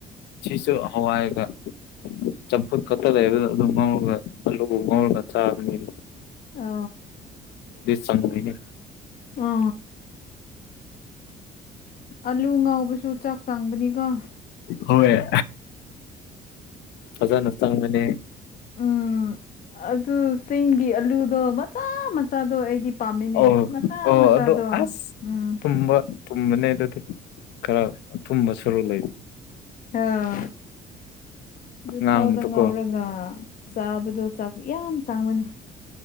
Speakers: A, on the left (about 85°); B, on the left (about 55°).
A: ꯁꯨ ꯍꯋꯥꯒ ꯆꯝꯄꯨ ꯀꯠꯇꯗ ꯍꯥꯏꯕꯗ ꯑꯗꯨ ꯉꯧꯔꯒ ꯑꯂꯨ ꯉꯧꯔꯒ ꯆꯥꯕꯅꯤꯅ
B: ꯑ
A: ꯆꯪꯉꯣꯏꯅꯦ
B: ꯑ ꯑꯂꯨ ꯉꯥꯎꯕꯁꯨ ꯆꯥꯛ ꯆꯥꯡꯕꯅꯤꯀꯣ
A: ꯍ ꯌꯥ ꯐꯖ ꯅꯁꯇꯪ ꯃꯅꯦ
B: ꯎꯝ ꯑꯗꯨ ꯁꯤꯡꯒꯤ ꯑꯂꯨꯗꯣ ꯃꯆꯥ ꯃꯆꯥꯗꯣ ꯑꯩꯒꯤ ꯄꯥꯝꯃꯤꯅꯦ
A: ꯑꯧ
B: ꯃꯆꯥ
A: ꯑꯣ
B: ꯃꯆꯥꯗꯣ
A: ꯑꯗꯣ ꯑꯁ
B: ꯎꯝ
A: ꯊꯨꯝꯕ ꯊꯨꯝꯕꯅꯦ ꯑꯗꯨꯗꯤ ꯈꯔ ꯊꯨꯝꯕ ꯁꯔꯨ ꯂꯩ
B: ꯑꯥ ꯑꯗꯨ
A: ꯉꯥꯡꯕꯗꯣꯀꯣ
B: ꯊꯥꯎꯗ ꯉꯥꯎꯔꯒ ꯆꯥꯕꯗꯣꯥꯛ ꯌꯥꯝ ꯆꯥꯡꯕꯅꯦ